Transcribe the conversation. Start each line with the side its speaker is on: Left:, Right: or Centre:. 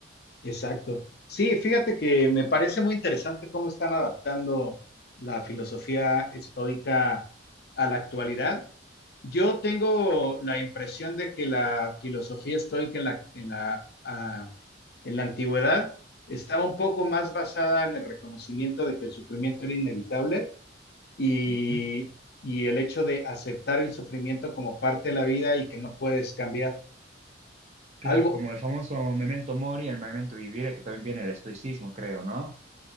Left: Exacto. Sí, fíjate que me parece muy interesante cómo están adaptando la filosofía estoica a la actualidad. Yo tengo la impresión de que la filosofía estoica en la, en la, ah, en la antigüedad estaba un poco más basada en el reconocimiento de que el sufrimiento era inevitable y,
Right: Ujú.
Left: y el hecho de aceptar el sufrimiento como parte de la vida y que no puedes cambiar
Right: Claro,
Left: algo.
Right: como el famoso Memento Mori, el Memento Vivere, que también viene el estoicismo, creo, ¿no?